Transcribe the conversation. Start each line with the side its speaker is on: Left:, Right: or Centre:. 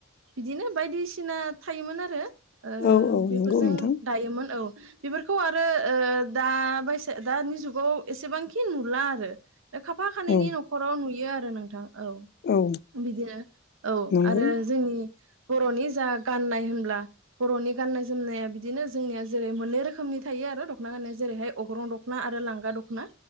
Right: बिदिनो बायदिसिना थायोमोन आरो। ओ
Left: औ औ
Right: बेफोरजों
Left: नंगौ नोंथां
Right: दायोमोन औ बेफोरखौ आरो ओ दा बायसा दानि जुगाव एसेबांखि नुला आरो खाफा खानैनि
Left: औ
Right: न'खराव नुयो आरो नोंथां औ
Left: औ
Right: बिदिनो औ
Left: नंगौ
Right: आरो जोंनि बरनि जा गाननाय होनब्ला बरनि गाननाय जोमनाया बिदिनो जोंनिया जेरै मोननै रोखोमनि थायो दखना गाननाय जेरैहाय अग्रं दखना आरो लांगा दखना